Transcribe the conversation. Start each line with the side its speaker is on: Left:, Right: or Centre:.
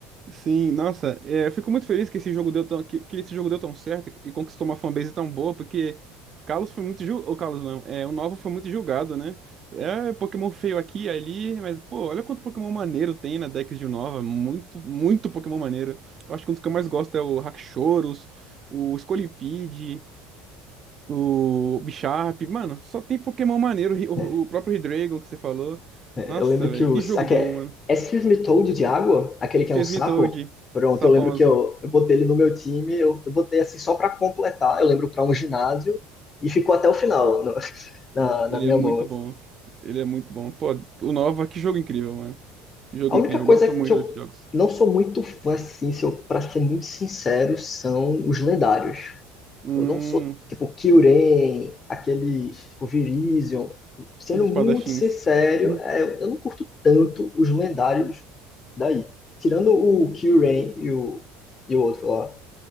Right: Sim, nossa, é, eu fico muito feliz que esse jogo deu tão, que, que esse jogo deu tão certo e e conquistou uma fanbase tão boa, porque Carlos foi muito julgado, o Carlos não, é, o Nova foi muito julgado, né? É Pokémon feio aqui e ali, mas pô, olha quanto Pokémon maneiro tem na Dex de Nova, muito, muito Pokémon maneiro. Eu acho que um dos que eu mais gosto é o Haxorus, o Scolipede, o Bisharp, mano, só tem Pokémon maneiro, o, Hi- o
Left: né?
Right: o próprio Hidreigon que você falou.
Left: É,
Right: Nossa,
Left: Eu lembro
Right: velho,
Left: que o.
Right: que jogo
Left: Aqui
Right: bom,
Left: é,
Right: mano.
Left: é Excuse me, Toad de água, aquele
Right: O
Left: que
Right: Seismitoad,
Left: é um sapo. Pronto,
Right: o sapão
Left: eu lembro
Right: azul.
Left: que eu, eu botei ele no meu time, eu, eu botei assim só pra completar, eu lembro pra um ginásio, e ficou até o final no- <laughs> na,
Right: Ele
Left: na minha
Right: é muito
Left: mão. assim.
Right: bom. Ele é muito bom. Pô, o Nova, que jogo incrível, mano. Que jogo
Left: A única
Right: incrível.
Left: coisa
Right: Eu gosto
Left: que
Right: muito
Left: eu
Right: desses jogos.
Left: não sou muito fã, assim, se eu, pra ser muito sincero, são os lendários.
Right: Hum,
Left: Eu não sou tipo Kyurem, aqueles tipo Virizion. Sendo
Right: os espadachins.
Left: muito sincero,
Right: <laughs> Hum.
Left: é, eu não curto tanto os lendários daí. Tirando o Kyurem e o, e o outro lá.